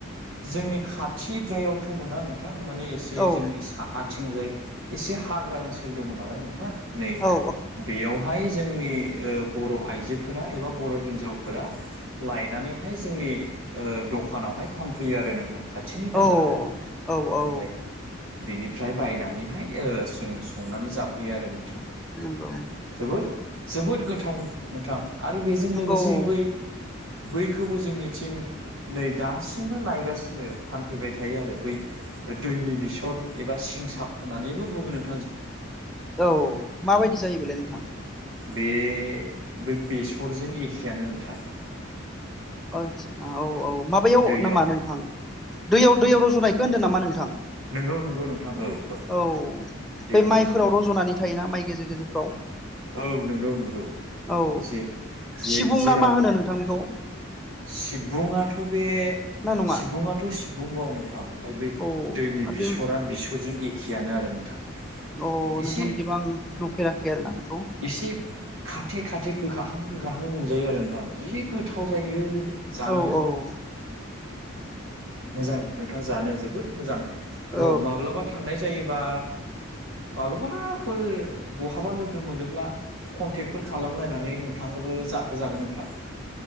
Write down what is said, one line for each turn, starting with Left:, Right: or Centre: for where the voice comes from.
Right: जोंनि खाथिद्रायावथ' मोना नोंथां माने एसे
Centre: औ
Right: जोंनि साहाथिंजाय एसे हाग्रा ओनसोल दङ नालाय नोंथां नै
Centre: औ
Right: बेयावहाय जोंनि ओ बर' आइजोफोरा एबा बर' हिन्जावफोरा लायनानैहाय जोंनि ओ दखानावहाय फानफैयो आरो नोंथां खाथिनि बाजाराव
Centre: औ
Right: ओमफ्राय
Centre: औ औ
Right: बिनिफ्राय बायनानैहाय ओ जों संनानै जाफैयो आरो नोंथां
Centre: नंगौ
Right: जोबोद जोबोद गोथाव नोंथां आरो बेजों
Centre: नंगौ
Right: लोगोसे बै बैखौबो जोंनिथिं नै दासिमबो लायगासिनो फानफैबाय थायो आरो बै दैनि बिसर एबा सिंसाब होननानैबो बुङो नों
Centre: औ माबायदि जायो बेलाय नोंथां
Right: बे बै बेसरजों एखेयानो नोंथां।
Centre: आसा औ औ माबायाव
Right: दैयाव
Centre: नामा नोंथां दैयाव दैयाव रज'नायखौ होनदों नामा नोंथां?
Right: नंगौ नंगौ नोंथां औ
Centre: औ
Right: दैयाव
Centre: बे माइफोराव
Right: रज'नाय
Centre: रज'नानै थायोना माइ गेजेर गेजेरफ्राव
Right: औ नंगौ नंगौ।
Centre: औ
Right: जे जे
Centre: सिबुं
Right: जेराव
Centre: ना मा होनो नोंथां बेखौ?
Right: सिबुङाथ' बे नोंथां बे
Centre: ना नङा
Right: सिबुङाथ' सिबुं बाव नोंथां ओमफ्राय बै
Centre: औ
Right: दैनि
Centre: आरो
Right: बिसरा
Centre: बे
Right: बेसरजों एखेयानो आरो नोंथां।
Centre: अ
Right: एसे
Centre: नोंथां बिदिबा आं नुफेराखै आरोना बेखौ
Right: इसे खाथे खाथे गोखाहां गोखाहां मोनजायो आरो नोंथां जि गोथाव जायो। जानो
Centre: औ औ
Right: मोजां नोंथां जानो जोबोद मोजां।
Centre: औ
Right: र' माब्लाबा थांनाय जायोबा माब्लाबाफोर बहाबा लोगो मोनोब्ला कनटेक्टफोर खालामलायनानै नोंथांनोबो जाहोजागोन नोंथां।